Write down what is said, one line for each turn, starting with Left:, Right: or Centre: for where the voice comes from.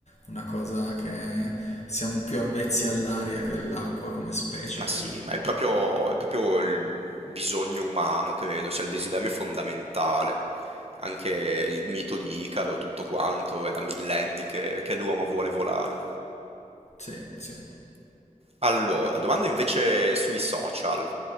Left: una cosa che siamo più avvezzi all'aria che all'acqua come specie,
Right: Ma
Left: credo.
Right: sì, ma è proprio, è proprio il bisogno umano, credo, sia il desiderio fondamentale. Anche il mito di Icaro, tutto quanto, è da millenni che che l'uomo vuole volare.
Left: Sì, sì,
Right: Allora, domanda invece sui social.